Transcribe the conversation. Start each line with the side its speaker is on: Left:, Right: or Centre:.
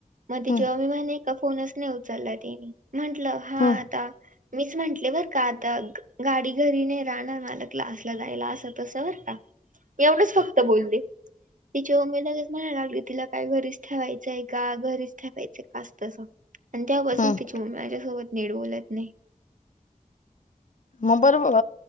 Right: मग तिचीवर
Left: हम्म
Right: मी म का फोनच नाही उचलला तनी म्हंटलं हा
Left: हम्म
Right: आता मीच म्हटले बर का आता गाडी घरीने राहणार मालक लासला जायला असं तसं वर का एवढंच फक्त बोलले तिच्या मम्मी लगेच म्हणायला लागली तिला काय घरीच ठेवायचंय का घरीच ठेवायचय कास तसं आणि त्यापासून
Left: हम्म
Right: त्यािची मम्मी माझ्यासोबत नीड बोलत नाही
Left: मग बरोबर